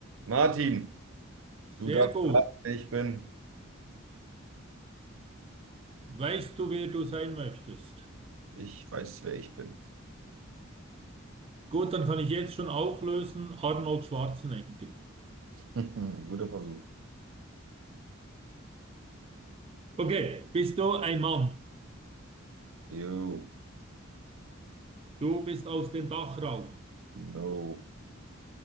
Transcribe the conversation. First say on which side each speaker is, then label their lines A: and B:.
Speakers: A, on the right; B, on the right.
A: Martin,
B: Sehr
A: du darfst
B: gut.
A: raten, wer ich bin.
B: Weißt du, wer du sein möchtest?
A: Ich weiß, wer ich bin.
B: Gut, dann kann ich jetzt schon auflösen. Arnold Schwarzenegger.
A: <laughs> Guter Versuch.
B: Okay, bist du ein Mann?
A: Ew.
B: Du bist aus dem Dachraum.
A: No.